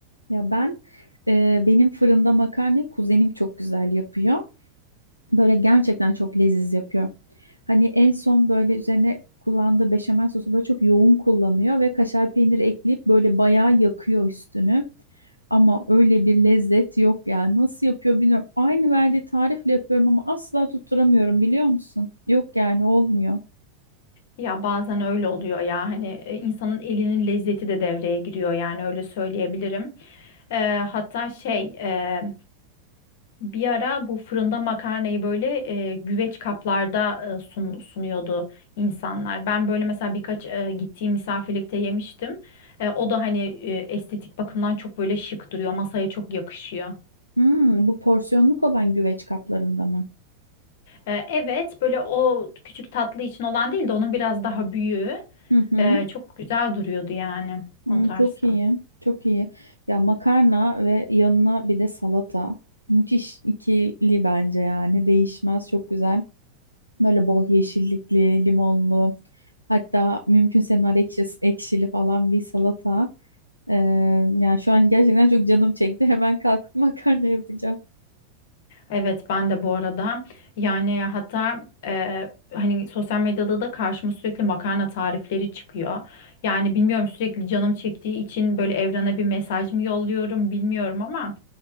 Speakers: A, on the left; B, on the left.
A: Ya ben e, benim fırında makarna kuzenim çok güzel yapıyor. Böyle gerçekten çok leziz yapıyor. Hani en son böyle üzerine kullandığı beşamel sosu böyle çok yoğun kullanıyor ve kaşar peyniri ekleyip böyle bayağı yakıyor üstünü. Ama öyle bir lezzet yok yani. Nasıl yapıyor bilmiyorum. Aynı verdiği tarifle yapıyorum ama asla tutturamıyorum biliyor musun? Yok yani olmuyor.
B: Ya bazen öyle oluyor ya hani e, insanın elinin lezzeti de devreye giriyor yani öyle söyleyebilirim. E, hatta şey e, bir ara bu fırında makarnayı böyle e, güveç kaplarda e, sun- sunuyordu insanlar. Ben böyle mesela birkaç e, gittiğim misafirlikte yemiştim. E, o da hani e, estetik bakımdan çok böyle şık duruyor, masaya çok yakışıyor.
A: Hmm, bu porsiyonluk olan güveç kaplarında mı?
B: Ee, Evet, böyle o küçük tatlı için olan değil de onun biraz daha büyüğü
A: Hı hı.
B: e, çok güzel duruyordu yani
A: Hmm,
B: o tarzda.
A: çok iyi, çok iyi. Ya makarna ve yanına bir de salata. Müthiş ikili bence yani. Değişmez, çok güzel. Böyle bol yeşillikli, limonlu. Hatta mümkünse nar ekşisi, ekşili falan bir salata. Ee, yani şu an gerçekten çok canım çekti. <laughs> Hemen kalkıp makarna yapacağım.
B: Evet, ben de bu arada yani hatta e, hani sosyal medyada da karşıma sürekli makarna tarifleri çıkıyor. Yani bilmiyorum sürekli canım çektiği için böyle evrene bir mesaj mı yolluyorum bilmiyorum ama.